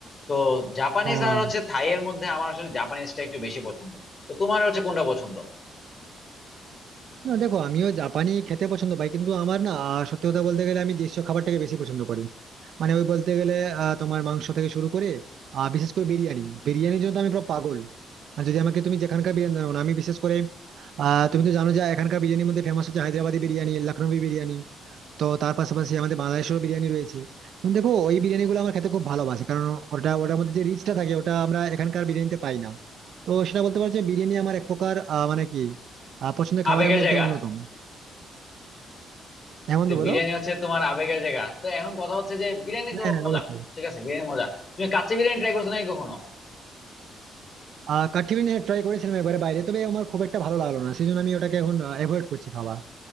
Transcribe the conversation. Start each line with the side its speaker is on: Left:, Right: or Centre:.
Left: তো জাপানিজ
Right: ও
Left: আর হচ্ছে থাই এর মধ্যে আমার আসলে জাপানিজটা একটু বেশি পছন্দ তো তোমার হচ্ছে কোনটা পছন্দ
Right: না দেখো আমিও জাপানি খেতে পছন্দ পাই কিন্তু আমার না আহ, সত্যি কথা বলতে গেলে আমি দেশীয় খাবারটাকে বেশি পছন্দ করি মানে ওই বলতে গেলে আহ, তোমার মাংস থেকে শুরু করে আহ, বিশেষ করে বিরিয়ানি বিরিয়ানির জন্য তো আমি পুরো পাগল আর যদি আমাকে তুমি যেখানকার বিরিয়ানি দাও না আমি বিশেষ করে আহ, তুমি তো জানো যে এখানকার বিরিয়ানির মধ্যে ফেমাস হচ্ছে হায়দ্রাবাদি বিরিয়ানি লখনৌই বিরিয়ানি তো তার পাশাপাশি আমাদের বাংলাদেশেরও বিরিয়ানি রয়েছে কিন্তু দেখো ওই বিরিয়ানি গুলো আমার খেতে খুব ভালোবাসে কারণ ওটা ওটার মধ্যে যে রিচটা থাকে ওটা আমরা এখানকার বিরিয়ানিতে পাই না তো সেটা বলতে পারো যে বিরিয়ানি আমার এক প্রকার আহ, মানে কি আহ, পছন্দের খাবারের
Left: আবেগের
Right: মধ্যে
Left: জায়গা
Right: অন্যতম এমন
Left: তো
Right: তো বলো
Left: বিরিয়ানি হচ্ছে তোমার আবেগের জায়গা তো এখন কথা হচ্ছে যে বিরিয়ানি তো
Right: হ্যাঁ হ্যাঁ,
Left: মজা
Right: অবশ্যই
Left: ঠিক আছে বিরিয়ানি মজা তুমি কাচ্চি বিরিয়ানি ট্রাই করছো নাকি কখনো
Right: আহ কাঠি বিরিয়ানি ট্রাই করেছিলাম এবারে বাইরে তবে আমার খুব একটা ভালো লাগলো না সেই জন্য আমি ওটাকে এখন অ্যাভয়েড করছি খাওয়া